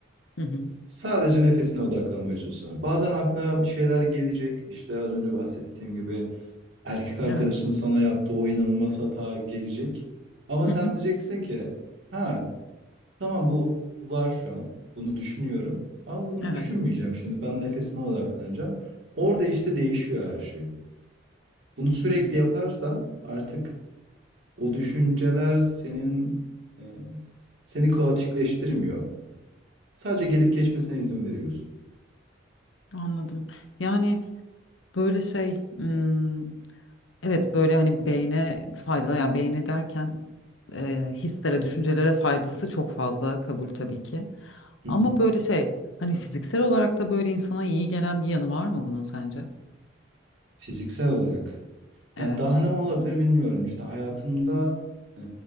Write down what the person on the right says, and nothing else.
Sadece nefesine odaklanmaya çalışacağım. Bazen aklına bir şeyler gelecek. İşte az önce bahsettiğim gibi erkek arkadaşın
sana yaptığı o inanılmaz hata gelecek. Ama sen
diyeceksin ki ha Tamam bu var şu an. Bunu düşünüyorum. Ama bunu
düşünmeyeceğim şimdi. Ben nefesime odaklanacağım. Orada işte değişiyor her şey. Bunu sürekli
yaparsan artık o düşünceler senin e, s- seni kaotikleştirmiyor. Sadece gelip geçmesine izin veriyorsun.
Hı
hı.
Fiziksel olarak. Yani
daha ne olabilir bilmiyorum. İşte hayatımda e,